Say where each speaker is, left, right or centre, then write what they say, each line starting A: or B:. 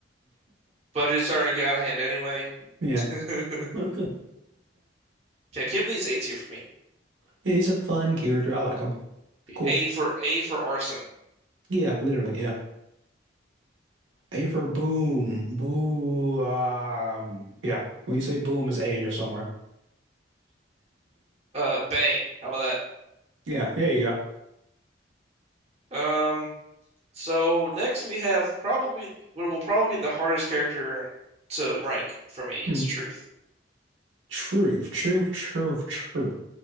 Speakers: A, on the right; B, on the right.
A: budget's starting to get out of hand anyway.
B: Yeah.
A: <laughs>
B: <laughs>
A: Yeah, Kibley's A tier for me.
B: Yeah, he's a fun character. I like him. Cool.
A: A for A for arson.
B: Yeah, literally, yeah. A for boom. Boo um yeah. When you say boom, it's A in there somewhere. <laughs>
A: Uh, bang. How about
B: Yeah, there you go.
A: that? Um, so next we have probably what will probably be the hardest character to rank for me
B: Hmm.
A: is Truth.
B: Truth, truth, truth, truth.